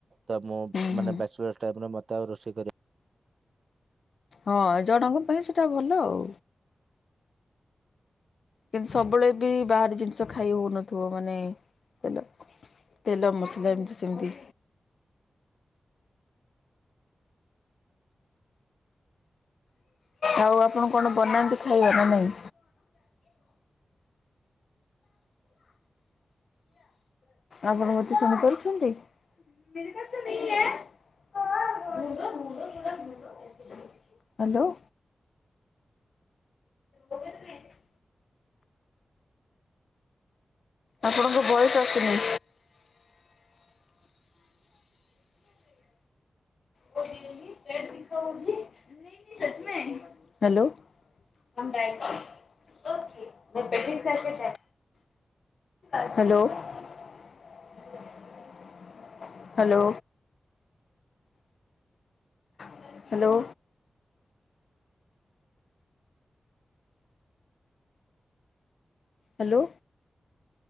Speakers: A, on the right; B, on the left.
A: ତ ମୁଁ
B: ହୁଁ ହୁଁ
A: ମାନେ ବ୍ୟାଚଲର ଟାଇମ୍ ରେ ମତେ ଆଉ ରୋଷେଇ କରିବା
B: ହଁ ଜଣଙ୍କ ପାଇଁ ସେଟା ଭଲ ଆଉ। କିନ୍ତୁ ସବୁବେଳେ ବି ବାହାର ଜିନିଷ ଖାଇ ହଉନଥିବ ମାନେ ତେଲ ତେଲ ମସଲା ଏମିତି ସେମିତି। ଆଉ ଆପଣ କଣ ବନାନ୍ତି ଖାଇବା ନାଇଁ? ଆପଣ ମୋତେ ଚିନିପାରୁଚନ୍ତି? <unintelligible> ହ୍ୟାଲୋ। ରହ <unintelligible> ଆପଣଙ୍କ ଭୟସ ଆସିୁନି। ଓ ରିଏଲୀ। <unintelligible> ହ୍ୟାଲୋ। ମୁଁେଠି ତ ଯ <unintelligible> ହଲୋ ହ୍ୟାଲୋ। ହ୍ୟାଲୋ। ହାଲୋ।